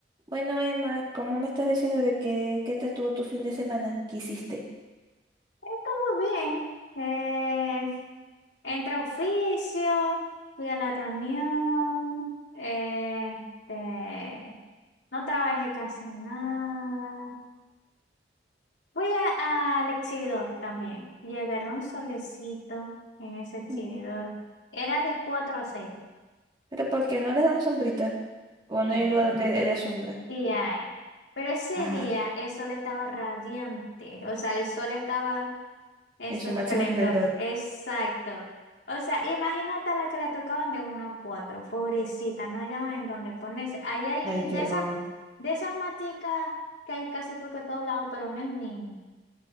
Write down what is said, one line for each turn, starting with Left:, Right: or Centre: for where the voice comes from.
Right: Bueno, Emma, ¿cómo me estás diciendo de que, qué tal estuvo tu fin de semana? ¿Qué hiciste?
Left: Estuvo bien. Eh, entre oficios, fui a la reunión, eh, este, no trabajé casi nada. Fui a- al exhibidor también y agarré un solecito en ese exhibidor.
Right: Mm.
Left: Era de 4 a 6.
Right: ¿Pero por qué no les dan sombrita? ¿O
Left: Sí.
Right: no hay un lugar donde haya sombra
Left: Sí hay. Pero ese
Right: Ajá.
Left: día el sol estaba radiante, o sea, el sol estaba Eso
Right: en su
Left: esplendor,
Right: máximo esplendor?
Left: exacto. O sea, imagínate a la que le tocaban de uno a cuatro, pobrecita, no hallaban en dónde ponerse. Allá hay
Right: Ay, Dios.
Left: de esas, de esas maticas que hay casi por que todos lados, pero no es ni,